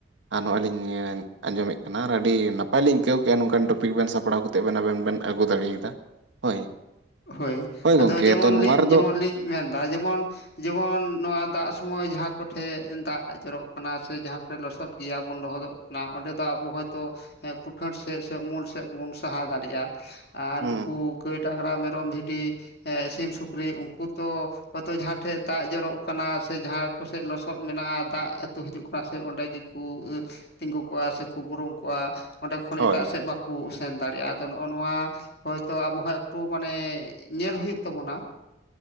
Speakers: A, on the right; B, on the left.
A: ᱟᱨ ᱱᱚᱜᱼᱚᱭ ᱞᱤᱧ ᱟᱸᱡᱚᱢᱮᱫ ᱠᱟᱱᱟ ᱟᱨ ᱟᱹᱰᱤ ᱱᱟᱯᱟᱭ ᱞᱤᱧ ᱟᱹᱭᱠᱟᱹᱣ ᱠᱮᱫᱼᱟ ᱱᱚᱝᱠᱟᱱ ᱴᱚᱯᱤᱠ ᱵᱮᱱ ᱥᱟᱵᱟᱜ ᱯᱟᱲᱟᱣ ᱠᱟᱛᱮ ᱟᱵᱮᱱ ᱵᱮᱱ ᱟᱹᱜᱩ ᱫᱟᱲᱮᱭᱟᱫᱟ ᱦᱳᱭ᱾
B: ᱦᱳᱭ ᱟᱫᱚ
A: ᱜᱚᱝᱠᱮ
B: ᱡᱮᱢᱚᱱ
A: ᱛᱚ ᱱᱚᱣᱟ
B: ᱞᱤᱧ
A: ᱨᱮᱫᱚ
B: ᱡᱮᱢᱚᱱ ᱞᱤᱧ ᱢᱮᱱᱫᱟ ᱡᱮᱢᱚᱱ᱾ ᱡᱮᱢᱚᱱ ᱱᱚᱣᱟ ᱫᱟᱜ ᱥᱚᱢᱚᱭ ᱡᱟᱦᱟᱸ ᱠᱚᱴᱷᱮᱱ ᱫᱟᱜ ᱡᱚᱨᱚᱜ ᱠᱟᱱᱟ ᱥᱮ ᱡᱟᱦᱟᱸ ᱠᱚᱨᱮ ᱞᱚᱥᱚᱫ ᱜᱮᱭᱟ ᱵᱚᱱ ᱞᱚᱦᱚᱫᱚᱜ ᱠᱟᱱᱟ᱾ ᱚᱱᱟ ᱚᱸᱰᱮ ᱫᱚ ᱟᱵᱚ ᱦᱚᱭᱛᱳ ᱠᱩᱴᱷᱟᱹᱲ ᱥᱮᱫ ᱥᱮ ᱩᱢᱩᱞ ᱥᱮᱫ ᱵᱚᱱ ᱥᱟᱦᱟ ᱫᱟᱲᱮᱭᱟᱜᱼᱟ᱾ ᱟᱨ
A: ᱦᱩᱸ
B: ᱱᱩᱠᱩ ᱜᱟᱹᱭ ᱰᱟᱝᱨᱟ ᱢᱮᱨᱚᱢ ᱵᱷᱤᱰᱤ ᱥᱤᱢ ᱥᱩᱠᱨᱤ ᱩᱱᱠᱩ ᱛᱚ ᱦᱚᱭᱛᱳ ᱡᱟᱦᱟᱸ ᱴᱷᱮᱡ ᱫᱟᱜ ᱡᱚᱨᱚᱜ ᱠᱟᱱᱟ ᱥᱮ ᱡᱟᱦᱟᱸ ᱠᱚᱥᱮᱡ ᱞᱚᱥᱚᱫ ᱢᱮᱱᱟᱜᱼᱟ ᱫᱟᱜ ᱟᱹᱛᱩ ᱦᱤᱡᱩᱜ ᱠᱟᱱᱟ ᱥᱮ ᱚᱸᱰᱮ ᱜᱮ ᱩᱱᱠᱩ ᱛᱤᱸᱜᱩ ᱠᱚᱜᱼᱟ ᱥᱮᱠᱚ ᱵᱩᱨᱩᱚᱝ ᱠᱚᱜᱼᱟ᱾ ᱚᱸᱰᱮ ᱠᱷᱚᱱ
A: ᱦᱳᱭ
B: ᱮᱴᱟᱜ ᱥᱮᱫ ᱵᱟᱠᱚ ᱥᱮᱱ ᱫᱟᱲᱮᱭᱟᱜᱼᱟ ᱟᱫᱚ ᱱᱚᱜ ᱱᱚᱣᱟ ᱦᱳᱭᱛᱳ ᱟᱵᱚ ᱦᱚᱸ ᱮᱠᱴᱩ ᱢᱟᱱᱮ ᱧᱮᱞ ᱦᱩᱭᱩᱜ ᱛᱟᱵᱚᱱᱟᱸ